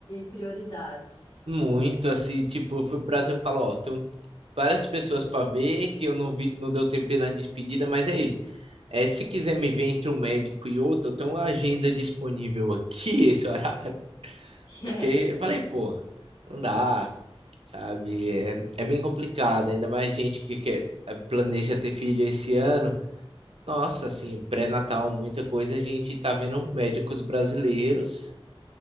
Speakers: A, on the left; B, on the right.
A: prioridades.
B: Muito,
A: <laughs>
B: assim, tipo, eu fui pro Brasil e falo, ó, tenho várias pessoas para ver que eu não vi, não deu tempo na despedida, mas é isso. É, se quiser me ver entre um médico e outro, eu tenho uma agenda disponível aqui, <laughs> esse horário, porque
A: é.
B: eu falei, pô, não dá, sabe? É, é bem complicado, ainda mais gente que quer, planeja ter filho esse ano. Nossa, assim, pré-natal, muita coisa, a gente tá vendo médicos brasileiros